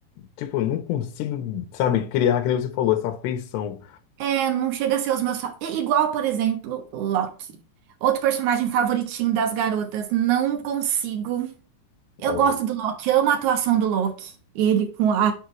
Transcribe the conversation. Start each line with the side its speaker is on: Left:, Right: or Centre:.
Left: tipo, eu não consigo, sabe, criar, que nem você falou, essa afeição.
Right: É, não chega a ser os meus. fa- I- Igual, por exemplo, Loki. Outro personagem favoritinho das garotas. Não consigo.
Left: Então,
Right: Eu gosto do Loki, amo a atuação do Loki. Ele com a,